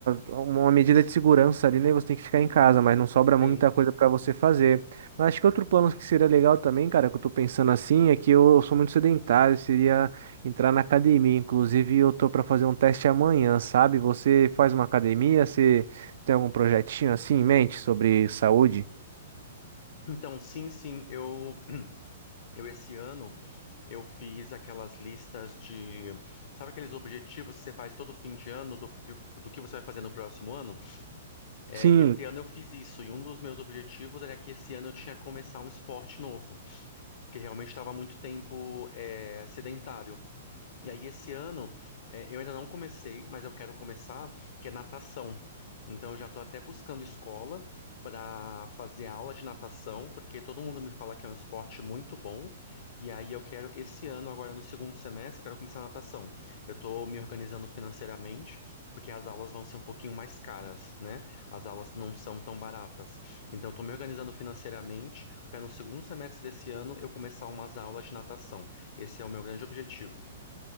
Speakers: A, on the right; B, on the left.
A: uma medida de segurança ali, né? Você tem que ficar em casa, mas não sobra
B: sim.
A: muita coisa para você fazer. Mas acho que outro plano que seria legal também, cara, que eu tô pensando assim, é que eu, eu sou muito sedentário, seria entrar na academia. Inclusive, eu tô para fazer um teste amanhã, sabe? Você faz uma academia, você tem algum projetinho assim em mente sobre saúde?
B: Então, sim, sim, eu, eu esse ano eu fiz aquelas listas de, sabe aqueles objetivos que você faz todo fim de ano do, que- do que você vai fazer no próximo ano? É,
A: Sim,
B: esse ano eu fiz isso e um dos meus objetivos era que esse ano eu tinha que começar um esporte novo. que realmente estava há muito tempo é, sedentário. E aí, esse ano, eh, eu ainda não comecei, mas eu quero começar, que é natação. Então, eu já estou até buscando escola para fazer aula de natação, porque todo mundo me fala que é um esporte muito bom. E aí, eu quero, esse ano, agora no segundo semestre, eu quero começar natação. Eu estou me organizando financeiramente, porque as aulas vão ser um pouquinho mais caras, né? As aulas não são tão baratas. Então, eu estou me organizando financeiramente para no segundo semestre desse ano eu começar umas aulas de natação. Esse é o meu grande objetivo.